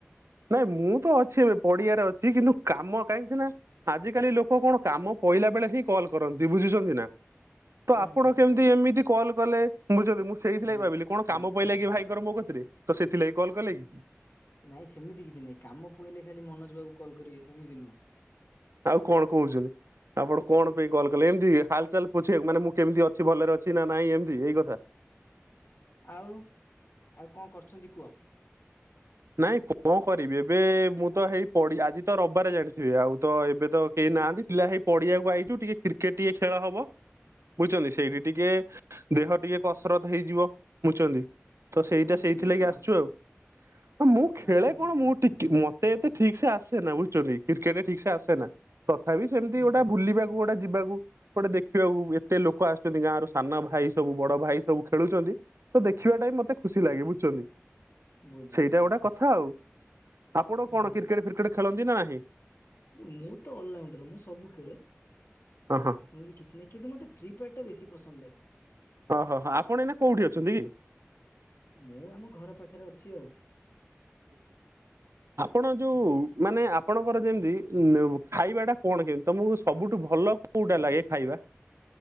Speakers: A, on the right (about 75°); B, on the left (about 55°).
A: ନାଇଁ ମୁଁ ତ ଅଛି ଏବେ ପଡିଆରେ ଅଛି କିନ୍ତୁ କାମ କାହିଁକି ନା ଆଜ କାଲି ଲୋକ କଣ କାମ ପହିଲା ବେଳେ ହିଁ କଲ୍ କରନ୍ତି ବୁଝୁଛନ୍ତି ନା। ତ
B: ହୁଁ
A: ଆପଣ
B: ହୁଁ
A: କେମତି
B: ନାଇଁ
A: ଏମିତି କଲ କଲେ ବୁଝୁଛନ୍ତି ମୁଁ ସେଇଥିଥିଲାଗ
B: ନାଇଁ
A: ଭାବିଲି କଣ
B: ସେମ
A: କାମ ପଇଲା କି ଭାଇଙ୍କର ମୋ କତିରେ। ତ ସେଥିଲାଗି କଲ୍ କଲେ କି
B: ନାଇଁ ସେମିତି କିଛି ନାଇଁ କାମ ପଇଲେ ଖାଲି ମନୋଜ ବାବୁ କଲ କରିବେ ସେମିତି ନୁହଁ।
A: ଆଉ କଣ କହୁଛନ୍ତି? ଆପଣ କଣ ପାଇଁ କଲ୍ କଲେ ଏମିତି ହାଲଚାଲ ପଛେଇବାକୁ ମାନେ ମୁଁ କେମିତି ଅଛି ଭଲରେ ଅଛି ନା ନାଇଁ ଏମିତି ଏଇ କଥା।
B: ଆଉ ଆଉ କଣ କରୁଛନ୍ତି କୁହ?
A: ନାଇଁ କଣ କରିବି ଏବେ ମୁଁ ତ ହେଇ ପଢ଼ି ଆଜି ତ ରବିବାରେ ଜାଣିଥିବି ଆଉ ତ ଏବେ ତ କେହି ନାହାନ୍ତି। ପିଲା ହେଇ ପଡିଆକୁ ଆଇଛୁ ଟିକେ କ୍ରିକେଟ ଟିକେ ଖେଳ ହବ। ବୁଝୁଛନ୍ତି ସିଏବି
B: ଓହୋ
A: ଟିକେ
B: ତ
A: ଦେହ ଟିକେ କସରତ ହେଇଯିବ ବୁଝୁଛନ୍ତି। ତ ସେଇଟା
B: ତମେ କ୍ରିକେଟ
A: ସେଇଥିଲାଗି
B: ଖେଳ
A: ଆସିଛୁ ଆଉ। ମୁଁ ଖେଳେ
B: ତମେ କ୍ରିକେଟ
A: କଣ ମୁଁ ଟିକେ ମତେ ଏତେ ଠିକ ସେ ଆସେନା ବୁଝୁଛନ୍ତି କ୍ରିକେଟରେ ଠିକ ସେ ଆସେନା। ତଥାପି ସେମିତି
B: ହୁଁ
A: ଗୋଟେ ବୁଲିବାକୁ ଗୋଟେ ଯିବାକୁ। ଗୋଟେ ଦେଖିବାକୁ ଏତେ ଲୋକ ଆସୁଛନ୍ତି ଗାଁ ରୁ ସାନ ଭାଇ ସବୁ ବଡ ଭାଇ ସବୁ ଖେଳୁଛନ୍ତି। ତ ଦେଖିବାଟା ହିଁ ମତେ ଖୁସି ଲାଗେ ବୁଝୁଛନ୍ତି।
B: ବୁଝୁଛି।
A: ଏଇଟା
B: ବୁଝୁଛି
A: ଗୋଟେ କଥା ଆଉ ଆପଣ
B: ଓ
A: କଣ କ୍ରିକେଟ ଫ୍ରିକେଟ ଖେଳନ୍ତି ନା ନାହିଁ।
B: ରେ ମୁଁ ତ ଅଲରାଉଣ୍ଡର ମୁଁ ସବୁ ଖେଳେ।
A: ହଁ ହଁଁ।
B: ଏମିତି କିଛି ନାଁ କିନ୍ତୁ ମତେ ଫ୍ରି ଫାୟାର ଟା ବେଶୀ ପସନ୍ଦ ଲାଗେ।
A: ଓହୋ ହଁ ଆପଣ ଏଇନା କୋଉଠି ଅଛନ୍ତି?
B: ମୁଁ ଆମ ଘର ପାଖରେ ଅଛି ଆଉ।
A: ଆପଣ ଯୋଉ
B: ହୁଁ
A: ମାନେ ଆ ଆପଣଙ୍କର ଯେମିତି ଖାଇବା ଟା କଣ କେମିତି ତମକୁ ସବୁଠୁ ଭଲ କୋଉଟା ଲାଗେ ଖାଇବା?